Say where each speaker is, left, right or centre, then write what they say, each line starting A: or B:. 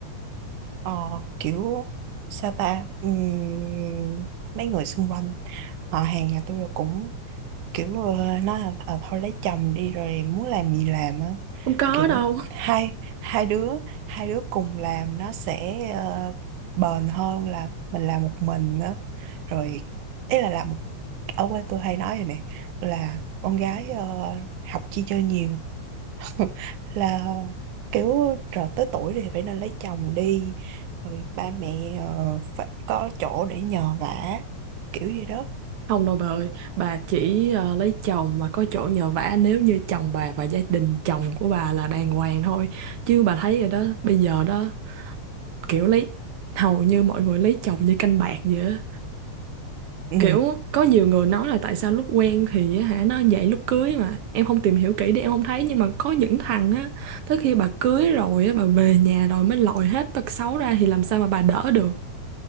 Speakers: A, on the right (about 85°); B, on the right (about 65°).
A: Ờ, kiểu sao ta Ừm, mấy người xung quanh họ hàng nhà tôi cũng kiểu ờ, nói là "Ờ, thôi lấy chồng đi rồi muốn làm gì làm á
B: Không có
A: kiểu
B: đâu.
A: hai
B: <laughs>
A: hai đứa hai đứa cùng làm nó sẽ ờ, bền hơn là mình làm một mình á rồi ý là làm ở quê tôi hay nói rồi nè là con gái ờ, học chi cho nhiều <laughs> là kiểu rồi tới tuổi thì phải nên lấy chồng đi rồi ba mẹ ờ, phải có chỗ để nhờ vả kiểu gì đó
B: Không đâu bà ơi, bà chỉ ờ, lấy chồng và có chỗ nhờ vả nếu như chồng bà và gia đình chồng của bà là đàng hoàng thôi. Chứ bà thấy rồi đó, bây giờ đó kiểu lấy hầu như mọi người lấy chồng như canh bạc vậy á.
A: ừ
B: kiểu có nhiều người nói là tại sao lúc quen thì á hả nó vậy lúc cưới mà em không tìm hiểu kỹ để em không thấy nhưng mà có những thằng á tới khi bà cưới rồi á bà về nhà rồi mới lòi hết tật xấu ra thì làm sao mà bà đỡ được